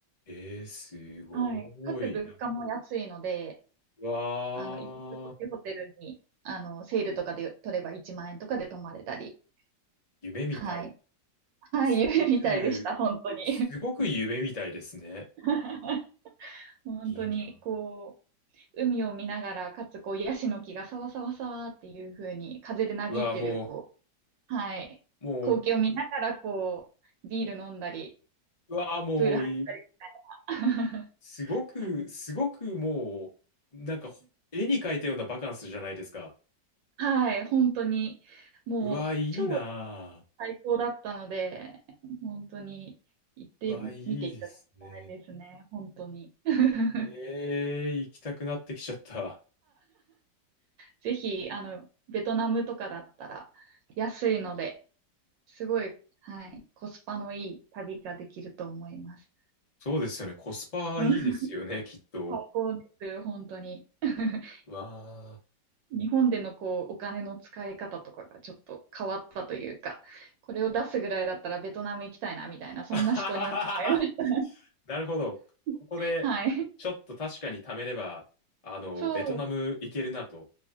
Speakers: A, on the left (about 40°); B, on the right (about 80°).
A: えー、すごい。
B: はい。かつ、物価も安いので、
A: なんか、うわー、
B: あの、行き過ごしホテルに、あの、セールとかで取れば1万円とかで泊まれたり。
A: 夢みたい。
B: はい。はい、
A: すごく、
B: 夢みたいでした、本当に。
A: すごく夢みたいですね。
B: <laughs> 本当に、
A: いいな。
B: こう、海を見ながら、かつ、こう、ヤシの木がさわさわさわっていう風に、風でなびいてる、
A: うわー、も
B: こう、はい、
A: う、もう、
B: 光景を見ながら、
A: い
B: こう、ビール飲んだり、
A: うわー、もういい。
B: プール入ったり <laughs>、
A: すごく、
B: 感じ。
A: すごくもう、なんか、ほ絵に描いたようなバカンスじゃないですか。
B: はい、本当に、もう、
A: うわー、いいな
B: 超最高だったので、本当に、行ってみていただきたいですね、
A: ー。うわー、いいですね。
B: 本当に。<laughs>
A: ええ、行きたくなってきちゃった。
B: ぜひ、あの、ベトナムとかだったら、安いので、すごい、はい、コスパのいい旅ができると思います。
A: そうですよね。コスパいいですよね、
B: うん
A: きっと。
B: 最高です、本当に。<laughs>
A: わあ。
B: 日本でのこうお金の使い方とかがちょっと変わったというか、これを出すぐらいだったらベトナム行きたいなみたいな、
A: <laughs>
B: そんな思考になってます。
A: あははははなるほど。ここで、
B: <laughs> はい。
A: ちょっと確かに貯めれば、あの、
B: そう、
A: ベトナム行けるなと。